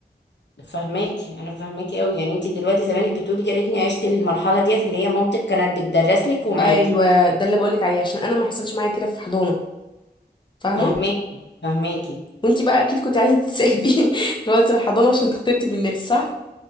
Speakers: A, on the left; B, on the left.
A: فهماكي انا فهماكي قوي يعني انت دلوقتي زمانك بتقولي يا ريتني عشت المرحلة ديت اللي هي مامتك كانت بتدرس لك ومعاكي
B: ايوه ده اللي بقولك عليه عشان انا ما حصلش معايا كده في حضانه فاهمه
A: فهماكي فهماكي
B: وانت بقى اكيد كنت عايزه تتسابي <laughs> لو انت في الحضانه عشان تختلطي بالناس صح